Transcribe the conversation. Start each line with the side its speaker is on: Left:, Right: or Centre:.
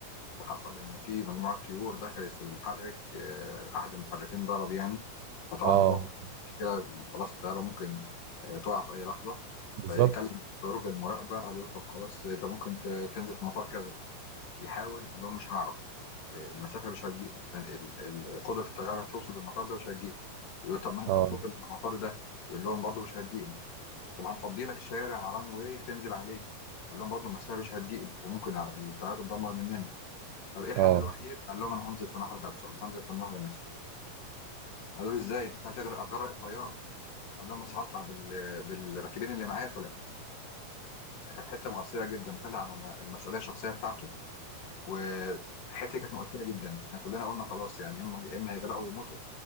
Left: وحصل ان في مجموعه طيور دخلت في المحرك آه، احد المحركين ضرب يعني فطبعا
Right: اه
Left: هو مشكله يعني خلاص الطياره ممكن آه، تقع في اي لحظه
Right: بالظبط
Left: فيكلم برج المراقبه قالوا له طب خلاص ده ممكن ت- تنزل في مطار كذا يحاول يقول لهم مش هعرف آه، المسافه مش هتجيب ال- ال- قدره الطياره توصل للمطار ده مش هتجيب يقول طب ما انت
Right: اه
Left: تشوف المطار ده يقول لهم برضو مش هتجيب طب هنفضي لك شارع ران واي هتنزل عليه قال لهم برضه المسافه مش هتجيب وممكن الطيارات تدمر مننا طب ايه الحل
Right: اه
Left: الوحيد قال لهم انا هنزل في نهر هدسون هنزل في النهر نفسه قالوا له ازاي انت هتغرق هتغرق الطياره قال لهم بس هطلع بال... بالراكبين اللي معايا سلام كانت حته مؤثره جدا وخدها على ما- المسؤوليه الشخصيه بتاعته وحته كانت مؤثره جدا احنا كلنا قلنا خلاص يعني يا اما يا اما هيغرقوا ويموتوا